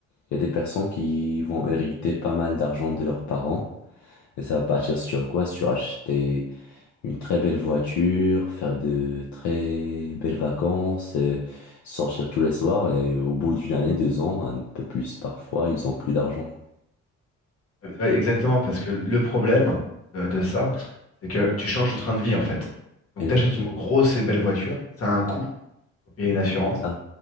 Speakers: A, on the left; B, on the left.
A: Il y a des personnes qui vont hériter pas mal d'argent de leurs parents. Et ça va partir sur quoi? Sur acheter une très belle voiture, faire de très belles vacances, euh, sortir tous les soirs et au bout d'une année, deux ans, un peu plus parfois, ils ont plus d'argent.
B: Euh, ouais, Exactement, parce que le problème de, de ça, c'est que tu changes de train de vie en fait. Donc
A: Exactement.
B: tu achètes une grosse et belle voiture, ça a un coût. Faut payer une assurance,
A: Ah,